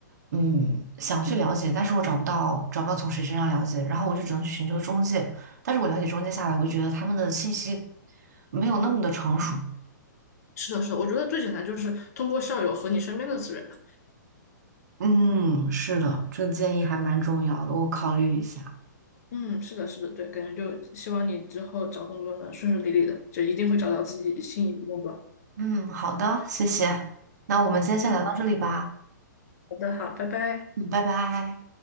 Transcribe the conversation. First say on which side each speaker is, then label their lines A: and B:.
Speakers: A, on the right; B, on the left.
A: 嗯，想去了解，但是我找不到，找不到从谁身上了解，然后我就只能去寻求中介，但是我了解中介下来，我就觉得他们的信息没有那么的成熟。
B: 是的，是的，我觉得最简单就是通过校友和你身边的资源吧。
A: 嗯，是的，这个建议还蛮重要的，我考虑一下。
B: 嗯，是的，是的，对，感觉就希望你之后找工作能顺顺利利的，就一定会找到自己心仪的工作。
A: 嗯，好的，谢谢。那我们今天先聊到这里吧。
B: 嗯，好的，好，拜拜。
A: 嗯，拜拜。